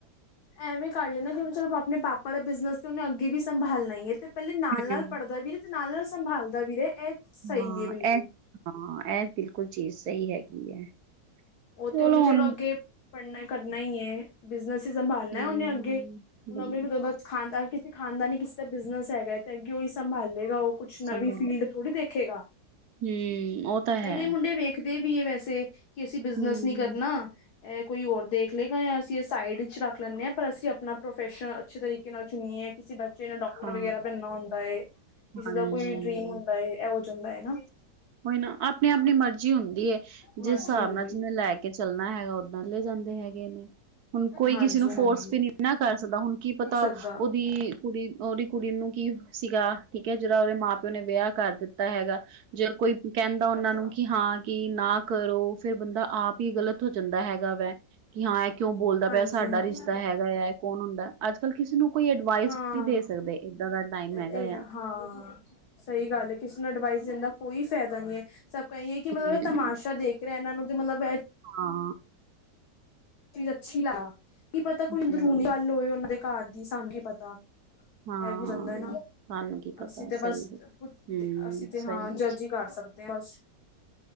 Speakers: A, on the left; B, on the right.
A: ਐਵੇਂ ਕਰ ਲੈਂਦਾ ਜਿਵੇਂ ਚਲੋ ਪਾਪਾ ਆਪਣੇ ਪਾਪਾ ਦੇ ਬਿਜ਼ਨਸ ਤੇ ਉਹਨੇ ਅੱਗੇ ਵੀ ਸੰਭਾਲਣਾ ਹੀ ਹੈ ਤੇ ਪਹਿਲੇ ਨਾਲ
B: ਹਮ,
A: ਨਾਲ ਪੜ੍ਹਦਾ ਵੀ ਰਿਹਾ ਤੇ ਨਾਲ ਨਾਲ ਸੰਭਾਲਦਾ ਵੀ ਰਿਹਾ ਇਹ ਸਹੀ
B: ਹਾਂ
A: ਹੈ ਬਿਲਕੁਲ
B: ਇਹ ਹਾਂ ਇਹ ਬਿਲਕੁਲ ਚੀਜ਼ ਸਹੀ ਹੈ ਕੀ
A: ਉਹ
B: ਚਲੋ
A: ਤੇ ਉਹਨੇ
B: ਹੁਣ
A: ਅੱਗੇ ਪੜ੍ਹਨਾ ਕਰਨਾਈ ਹੈ ਬ <unintelligible> ਸੰਭਾਲਣਾ
B: ਹਮ
A: ਉਹਨੇ ਅੱਗੇ ਹੁਣ
B: ਵਧੀਆ
A: ਅੱਗੇ ਖਾਨਦਾਨ ਤੇ ਖਾਨਦਾਨੀ ਕਿਸੇ ਦਾ ਬਿਜਨਸ ਹੈਗਾ ਅੱਗੇਓ ਉਹੀ ਸੰਭਾਲੇਗਾ ਉਹ ਕੁਛ ਨਵੀ
B: ਸੰਭਾਲ
A: ਫੀਲਡ ਥੋੜੀ ਦੇਖੇਗਾ
B: ਹਮ ਉਹ ਤਾਂ
A: ਕਈ
B: ਹੈ
A: ਕਈ ਮੁੰਡੇ ਵੇਖਦੇ ਵੀ ਹੈ ਵੈਸੇ ਕਿ ਅਸੀਂ ਬਿਜਨਸ
B: ਹਮ
A: ਨਹੀਂ ਕਰਨਾ ਇਹ ਕੋਈ ਹੋਰ ਦੇਖ ਲਏਗਾ ਜਾਂ ਅਸੀਂ ਸਾਈਡ ਵਿੱਚ ਰੱਖ ਲੈਂਦੇ ਹਾਂ ਪਰ ਅਸੀਂ ਆਪਣਾ ਪ੍ਰੋਫੈਸ਼ਨ ਅੱਛੇ ਤਰੀਕੇ ਨਾਲ ਚੁਣੀਏ ਕਿਸੇ ਬਸ ਜਿਨ ਡਾਕਟਰ
B: ਹਾਂ
A: ਵਗੈਰਾ ਬਣਨਾ ਹੁੰਦਾ ਹੈ ਕਿਸੇ
B: ਹਾਂਜੀ
A: ਦਾ ਕੋਈ ਡਰੀਮ ਹੁੰਦਾ ਹੈ ਇਹ ਜਾਂਦਾ ਹੈ ਨਾ <unintelligible>
B: ਕੋਈ ਨਾ ਆਪਣੇ ਆਪਣੀ ਮਰਜ਼ੀ ਹੁੰਦੀ ਜਿਸ
A: ਮਰਜ਼ੀ
B: ਹਿਸਾਬ
A: ਹੁੰਦੀ
B: ਨਾਲ ਜਿਨਂ
A: ਹੈ।
B: ਲੈ ਕੇ <unintelligible> ਚੱਲਣਾ ਹੈਗਾ ਓਦਾਂ ਲੈ ਜਾਂਦੇ ਹੈਗੇ ਨੇ ਹੁਣ ਕੋਈ
A: ਹਾਂਜੀ
B: ਕਿਸੇ ਨੂੰ
A: ਹਾਂਜੀ
B: ਫੋਰਸ ਵੀ ਨਹੀਂ ਨਾ ਕਰ ਸਕਦਾ ਹੁਣ ਕੀ ਪਤਾ
A: ਸਭ ਦਾ
B: ਉਹਦੀ ਕੁੜੀ ਉਹਦੀ ਕੁੜੀ ਨੂੰ ਕੀ ਸੀਗਾ ਠੀਕ ਹੈ ਜਿਹੜਾ ਉਹਦੇ ਮਾਂ ਪਿਓ ਨੇ ਵਿਆਹ ਕਰ ਦਿੱਤਾ ਹੈਗਾ ਜੇ ਕੋਈ ਕਹਿੰਦਾ
A: ਕਰਦਾ
B: ਉਹਨਾਂ ਨੂੰ ਕਿ ਹਾਂ ਕਿ ਨਾ ਕਰੋ ਫੇਰ ਬੰਦਾ ਆਪ ਹੀ ਗਲਤ ਉੱਥੋਂ ਜਾਂਦਾ ਹੈਗਾ ਵਾ ਕਿ ਹਾਂ ਇਹ ਕਿਉਂ ਬੋਲਦਾ
A: ਹਾਂਜੀ
B: ਪਿਆ ਸਾਡਾ
A: ਹਾਂਜੀ
B: ਰਿਸ਼ਤਾ ਹੈਗਾ ਹੈ ਕੌਣ ਹੁੰਦਾ ਅੱਜ ਕਿਸੇ ਨੂੰ ਕੋਈ ਅਡਵਾਈਸ
A: ਹਾਂ
B: ਨਹੀਂ ਦੇ ਸਕਦੇ ਏਦਾਂ ਦਾ ਟਾਈਮ
A: ਇੱਕਦ
B: ਹੈਗਾ ਆ।
A: ਹਾਂ ਸਹੀ ਗੱਲ ਹੈ ਕਿਸੇ ਨੂੰ ਅਡਵਾਈਸ ਜ ਦਾ ਕੋਈ ਫਾਇਦਾ ਨਹੀਂ ਹੈ ਸਭ ਕਹਿਹੀਏ ਕਿ ਮਤਲਬ
B: ਹੂੰ
A: ਇਹ ਤਮਾਸ਼ਾ ਦੇਖ ਰਿਹਾ ਇਹਨਾਂ ਨੂੰ <unintelligible> ਮਤਲਬ
B: ਹਾਂ
A: ਚੀਜ਼ ਅੱਛੀ ਲਾ <unintelligible> ਕੀ ਪਤਾ ਕੋਈ ਅੰਦਰੂਨੀ
B: ਹੂੰ
A: ਗੱਲ ਹੋਏ ਉਹਨਾਂ ਦੇ ਘਰ ਦੀ ਸਾਨੂੰ ਕੀ ਪਤਾ ਤਾਂ
B: ਹਾਂ
A: ਇਹ ਵੀ ਜਾਂਦਾ ਨਾ,
B: ਸਾਨੂੰ ਕੀ ਪਤਾ
A: ਅਸੀਂ ਤੇ
B: ਸਹੀ
A: ਬਸ ਪੁੱਛ
B: ਹਮ
A: ਅਸੀਂ ਤੇ
B: ਸਹੀ
A: ਹਾਂ
B: ਕੁਛ
A: ਜੱਜ ਹੀ ਕਰ ਸਕਦੇ ਹ ਬਸ।